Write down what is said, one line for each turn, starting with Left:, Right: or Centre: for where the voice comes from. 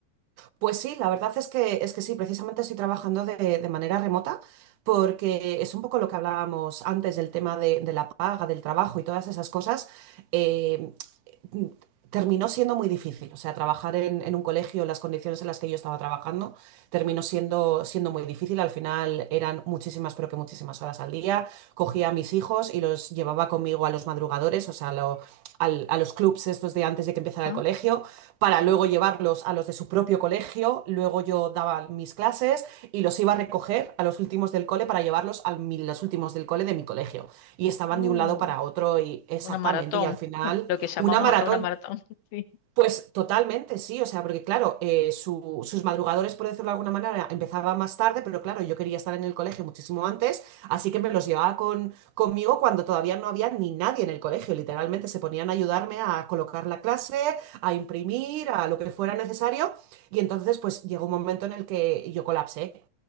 Right: Pues sí, la verdad es que, es que sí, precisamente estoy trabajando de, de manera remota porque es un poco lo que hablábamos antes del tema de, de la paga, del trabajo y todas esas cosas. eh, mm, terminó siendo muy difícil, o sea, trabajar en, en un colegio, las condiciones en las que yo estaba trabajando, terminó siendo, siendo muy difícil. Al final eran muchísimas, pero que muchísimas horas al día. Cogía a mis hijos y los llevaba conmigo a los madrugadores, o sea, lo- al- a los clubs estos de antes de que empezara
Left: Ah,
Right: el colegio para
Left: sí.
Right: luego llevarlos a los de su propio colegio, luego yo daba mis clases y los iba a recoger a los últimos del cole para llevarlos a los últimos del cole de mi colegio. Y estaban
Left: No,
Right: de un lado para otro y exactamente,
Left: una maratón,
Right: y al final
Left: <laughs> lo que llamamos
Right: una maratón.
Left: acá una maratón, <laughs> sí.
Right: Pues totalmente, sí, o sea, porque claro, eh, su- sus madrugadores, por decirlo de alguna manera, empezaban más tarde, pero claro, yo quería estar en el colegio muchísimo antes, así que me los llevaba con, conmigo cuando todavía no había ni nadie en el colegio, literalmente se ponían a ayudarme a colocar la clase, a imprimir, a lo que fuera necesario, y entonces pues llegó un momento en el que yo colapsé,